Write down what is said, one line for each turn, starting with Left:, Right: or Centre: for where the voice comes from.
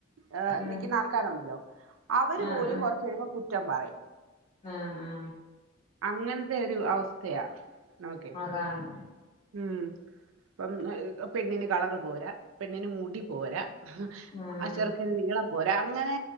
Right: ഏ
Left: ഉം
Right: നിക്കുന്ന ആൾക്കാരുണ്ടല്ലോ അവര്
Left: ആഹ്
Right: പോലും കൊറച്ച കഴുമ്പോൾ കുറ്റം പറയും.
Left: ആഹാ ആഹാ
Right: അങ്ങനത്തെ ഒരു അവസ്ഥയാ നോക്കു
Left: അതാണ്
Right: ഉം അപ്പം പെണ്ണിന് കളറ് പോരാ പെണ്ണിന് മുടി പോരാ.
Left: ആഹ്
Right: ആ ചെറുക്കന് നീളം പോരാ അങ്ങനെ